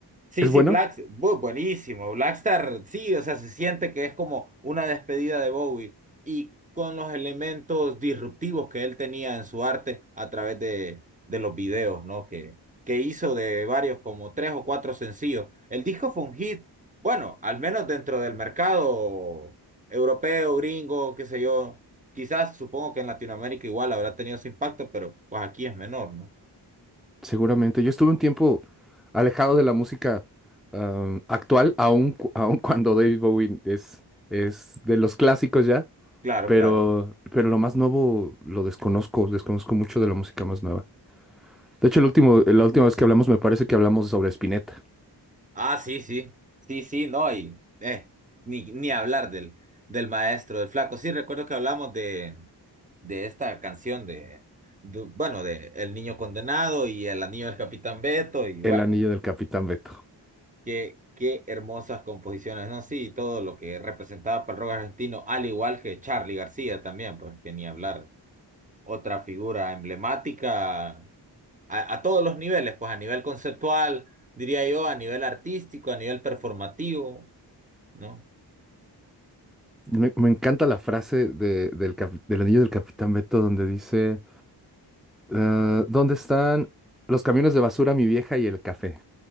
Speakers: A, on the right; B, in the centre.
A: Sí,
B: ¿Es
A: sí,
B: bueno?
A: Black, bu- buenísimo. Blackstar, sí, o sea, se siente que es como una despedida de Bowie y con los elementos disruptivos que él tenía en su arte a través de, de los videos, ¿no? Que, que hizo de varios, como tres o cuatro sencillos. El disco fue un hit, bueno, al menos dentro del mercado europeo, gringo, qué sé yo. Quizás supongo que en Latinoamérica igual habrá tenido su impacto, pero pues aquí es menor, ¿no?
B: Seguramente. Yo estuve un tiempo alejado de la música am, actual, aun, cu- aun cuando David Bowie es, es de los clásicos ya,
A: Claro,
B: pero,
A: claro.
B: pero lo más nuevo lo desconozco, desconozco mucho de la música más nueva. De hecho, el último, la última vez que hablamos me parece que hablamos sobre Spinetta,
A: Ah, sí, sí, sí, sí, no, y eh, ni, ni hablar del, del maestro, del flaco. Sí, recuerdo que hablamos de, de esta canción de, du- bueno, de El Niño Condenado y El Anillo del Capitán Beto, y
B: El
A: bueno,
B: Anillo del Capitán Beto.
A: qué, qué hermosas composiciones, ¿no? Sí, todo lo que representaba para el rock argentino, al igual que Charly García también, pues que ni hablar. Otra figura emblemática a, a todos los niveles, pues a nivel conceptual, diría yo, a nivel artístico, a nivel performativo. ¿no?
B: Me, me encanta la frase de- del, capi- del anillo del Capitán Beto donde dice, eh, ¿dónde están los camiones de basura, mi vieja y el café?